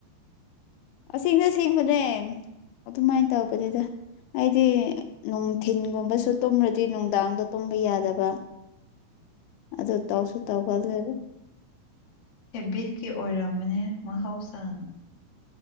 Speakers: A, on the left; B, on the left.
A: ꯑꯁꯤꯅ ꯦꯡꯕꯅꯦ ꯑꯗꯨꯃꯥꯏꯅ ꯇꯧꯕꯗꯨꯗ ꯑꯩꯗꯤ ꯅꯨꯡꯊꯤꯟꯒꯨꯝꯕꯁꯨ ꯇꯨꯝꯔ꯭ꯔꯗꯤ ꯅꯨꯡꯗꯥꯡꯗ ꯇꯨꯝꯕ ꯌꯥꯗꯕ ꯑꯗꯨ ꯇꯧꯁꯨ ꯇꯧꯒꯜꯂꯦꯕ
B: ꯍꯦꯕꯤꯔꯀꯤ ꯑꯣꯏꯔꯝꯕꯅꯦ ꯃꯍꯧꯁꯥꯅ